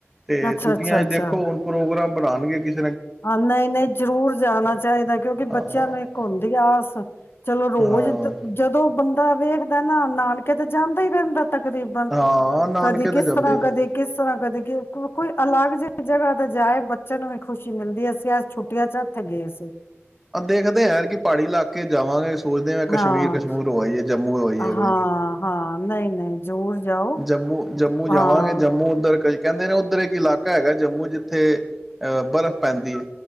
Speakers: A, in the centre; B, on the left (about 55°).
A: ਤੇ
B: ਅੱਛਾ
A: ਛੁੱਟੀਆਂ
B: ਅੱਛਾ ਅੱਛਾ
A: ਚ ਦੇਖੋ ਹੁਣ ਪ੍ਰੋਗਰਾਮ ਬਣਾਨਗੇ ਕਿਸ
B: ਹਾਂ, ਨਹੀਂ ਨਹੀਂ ਜ਼ਰੂਰ ਜਾਣਾ ਚਾਹੀਦੈ ਕਿਉਂਕਿ,
A: ਹਾਂ
B: ਬੱਚਿਆਂ ਨੂੰ ਇੱਕ ਹੁੰਦੀ ਆਸ ਚਲੋ ਰੋਜ਼
A: ਹਾਂ
B: ਦੀ ਜਦੋਂ ਬੰਦੇ ਵੇਖਦਾ ਨਾ ਨਾਨਕੇ ਤੇ ਜਾਂਦਾ ਈ ਰਹਿੰਦੈ। ਤਕਰੀਬਨ
A: ਹਾਂ ਨਾਨਕੇ
B: ਕਦੀ
A: ਤੇ
B: ਕਿਸ
A: ਜਾਂਦੇ
B: ਤਰ੍ਹਾਂ
A: ਹੀ ਰਹਿੰਦੇ
B: ਕਦੇ ਕਿਸ ਤਰ੍ਹਾਂ ਕਦੇ ਕੇ ਕੋ ਕੋਈ ਅਲੱਗ ਜਿਹੀ ਜਗ੍ਹਾ ਤੇ ਜਾਏ ਬੱਚੇ ਨੂੰ ਵੀ ਖੁਸ਼ ਖੁਸ਼ੀ ਮਿਲਦੀ ਏ ਅਸੀਂ ਅਜ ਛੁੱਟੀਆਂ ਚ ਏਥੇ ਗਏ ਸੀਂ।
A: ਅ ਦੇਖਦੇ ਐ ਐਤਕੀ ਪਹਾੜੀ ਇਲਾਕੇ ਚ ਜਾਵਾਂਗੇ‌। ਸੋਚਦੇ ਆਂ ਕਸ਼ਮੀਰ
B: ਹਾਂ
A: ਕਸ਼ਮੂਰ ਹੋ ਆਈਏ, ਜੰਮੂ ਹੋ ਆਈਏ ਕੋਈ।
B: ਹਾਂ ਹਾਂ ਨਹੀਂ ਨਹੀਂ। ਜ਼ਰੂਰ ਜਾਓ
A: ਜੰਮੂ ਜੰਮੂ ਜਾਵਾਂਗੇ
B: ਹਾਂ
A: ਜੰਮੂ ਉੱਧਰ ਕਈ ਕਹਿੰਦੇ ਨੇ ਉੱਧਰ ਏਕ ਇਲਾਕਾ ਹੈਗਾ ਜੰਮੂ ਜਿੱਥੇ, ਅਹ ਬਰਫ਼ ਪੈਂਦੀ ਏ।